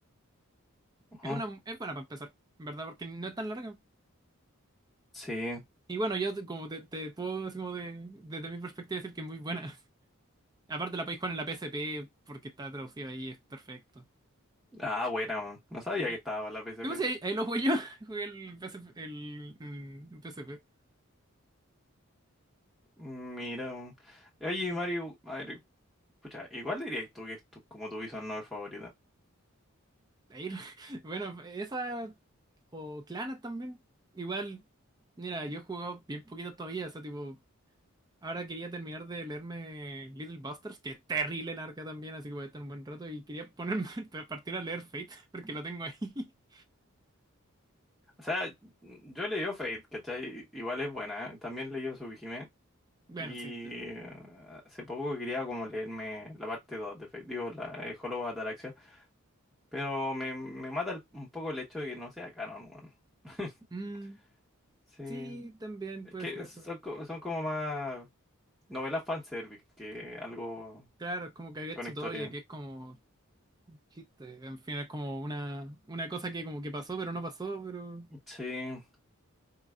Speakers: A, in the centre; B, on the right.
A: Ujú.
B: Es una, es buena para empezar, en verdad, porque no es tan larga.
A: Sí.
B: Y bueno, yo te- como te, te puedo así como de- desde mi perspectiva decir que es muy buena. <laughs> Aparte la podéis jugar en la PSP porque está traducida ahí, es perfecto.
A: Ah, buena, weón. No sabía
B: Sí.
A: que estaba la PSP.
B: Sí, pues, ahí, ahí lo jugué yo, <laughs> jugué el PSP, el, el PSP.
A: Mira, un- oye Mario, a ver, pucha, igual diría tú que es tu- como tu visual novel favorita.
B: Ir- <laughs> Bueno, esa o Clanas también. Igual, mira, yo he jugado bien poquito todavía, o sea, tipo, ahora quería terminar de leerme Little Busters, que es terrible larga también, así que voy a estar un buen rato y quería ponerme <laughs> a partir a leer Fate, <laughs> porque lo tengo ahí. <laughs>
A: O sea, yo leí Fate, ¿cachai? Igual es buena, ¿eh? También leí Tsukihime
B: Bueno,
A: y
B: sí. te-
A: eh, hace poco quería como leerme la parte 2 de Fate, digo, la eh, Hollow Ataraxia, pero me, me mata el- un poco el hecho de que no sea canon, weón. <laughs>
B: Mm,
A: Sí,
B: sí, también
A: es
B: puede
A: que
B: ser
A: son,
B: eso.
A: co- son como más novelas fanservice que algo
B: Claro, es como Kagetsu
A: con historia.
B: Toya, que es como chiste, en fin, es como una, una cosa que como que pasó, pero no pasó, pero
A: Sí.